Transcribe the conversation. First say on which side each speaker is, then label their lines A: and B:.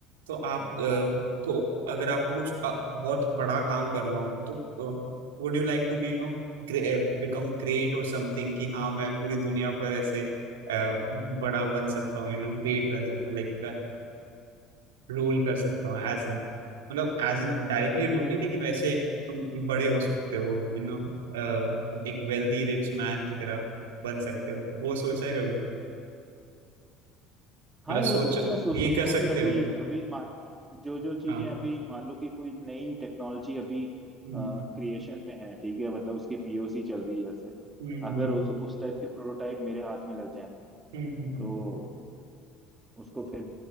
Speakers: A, on the right; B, on the right.
A: तो आप
B: हाँ हाँ
A: अ, तो अगर आपको कुछ अ, बहुत बड़ा काम करना हो तो would you like to be यू नो become great or something कि हाँ मैं पूरी दुनिया पर ऐसे अ, बड़ा बन सकता हूँ यू नो ग्रेट बन सकता हूँ लाइक रूल कर सकता हूँ एज एन मतलब एज एन डायरेक्टली रूल नहीं लेकिन वैसे तुम बड़े हो सकते हो यू नो एक वेल्दी रिच मैन की तरह बन सकते हो वो सोचा है कभी
B: हाँ
A: मतलब
B: यार
A: सोचो
B: उसके लिए मैं सोच
A: ये
B: सकता
A: कर
B: हूँ
A: सकते
B: कि अभी
A: हो
B: अभी मा- जो जो चीजें
A: हाँ
B: अभी मान लो कि कोई नई टेक्नोलॉजी अभी
A: हम्म
B: क्रिएशन में है ठीक है मतलब उसकी पीओसी चल रही है जैसे
A: हम्म हम्म
B: अगर उस उस टाइप के प्रोटोटाइप मेरे हाथ में लग जाए
A: हम्म, हम्म,
B: तो उसको फिर